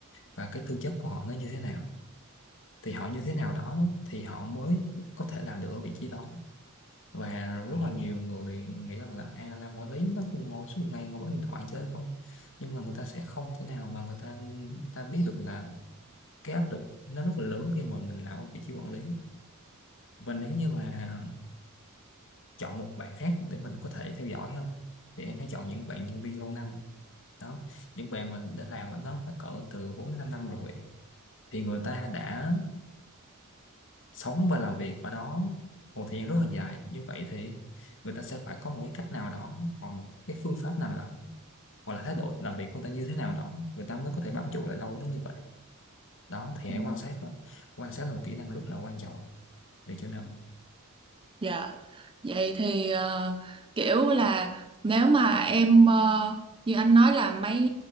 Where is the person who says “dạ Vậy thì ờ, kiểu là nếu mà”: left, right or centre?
Right